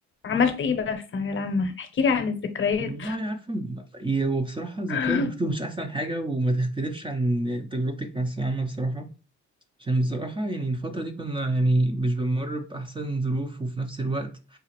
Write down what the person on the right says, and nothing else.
والله عارفة م- هي- هو بصراحة ذكريات
برضه مش أحسن حاجة وما تختلفش عن تجربتك مع الثانوية العامة بصراحة عشان بصراحة يعني الفترة دي كنا يعني مش بنمر بأحسن ظروف وفي نفس الوقت